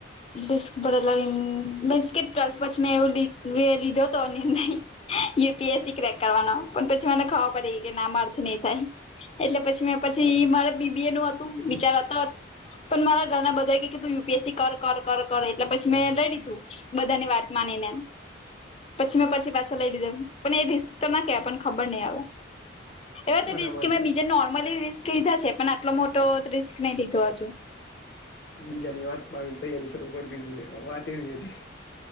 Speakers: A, on the left; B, on the left.
A: મિક્સ ભરેલા કે ટ્વેલ્થ પછી મેં એવું લીધો હતો નિર્ણય. U P S C crack કરવાનો પણ પછી મને ખબર પડી કે ના માર થી નહી થાય. એટલે પછી મે પછી મારા બી બી એ નું હતું, બિચારાતા પણ મારા ઘરના બધા કે તું યુ પી એસ સી કર કર કર એટલે પછી મેં લઈ લીધું. બધાની વાત માનીને એમ. પછી મે પછી પાછા લઈ લીધા પણ એ, રિસ્ક તો ના કેહેવાય પણ ખબર નહી આવે. એવા તો
B: બરાબર
A: રિસ્ક મેં
B: છે.
A: બીજા નોર્મલી રિસ્ક લીધા છે પણ આટલો મોટો રિસ્ક નહી લીધો હજુ.
B: બીજાની વાતમાં આવીને તૈયારી શરૂ કરી દીધી હતી, વાત એવી હતી.